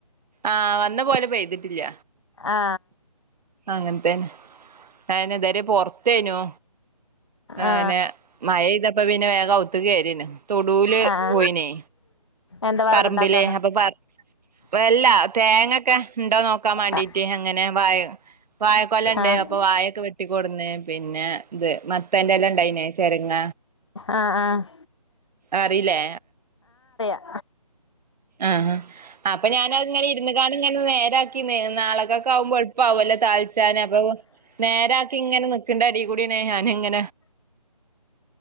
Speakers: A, on the right; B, on the left.
A: ആഹ് വന്ന പോലെ പെയ്തിട്ടില്ല
B: ആ
A: അങ്ങൻത്തന്നെ അയ്ന ഇതരീം പൊർത് ത്തേനോ
B: ആ
A: ആനെ മഴയ്തപ് അപ്പ പിന്നെ വേഗ അകത്തുകയറിയെനു തൊടൂല
B: ആ ആ
A: പോയിനേ
B: എന്താ വറകുണ്ടാക്കാനോ
A: പറമ്പില് അപ്പൊ വല്ല തേങ്ങൊക്കെ ഉണ്ടോ നോക്കാൻ വേണ്ടീട്ട്
B: ആ
A: അങ്ങനെ വാഴ് വാഴക്കൊല ഇണ്ട്
B: ആ
A: അപ്പോ വാഴക്കെ വെട്ടിക്കൊട്ന്ന് പിന്നെ ഇത് മത്തേന്റെലണ്ടേയ്നെ ചെരങ്ങ
B: ആ ആ
A: അറീല്ലേ
B: ആഹ
A: ആഹ് ഹ അപ്പം ഞാനത്ങ്ങനെ ഇരുന്ന്കാണ്ട് ഇങ്ങനെ നേരാക്കി നാളെക്കൊക്കെ ആകുമ്പോൾ എളുപ്പാവല്ലോ താൾച്ചാന് അപ്പം നേരാക്കി ഇങ്ങനെ നിക്ക്ണ്ടേടി കൂട്യേണ് ഞാന് ങ്ങ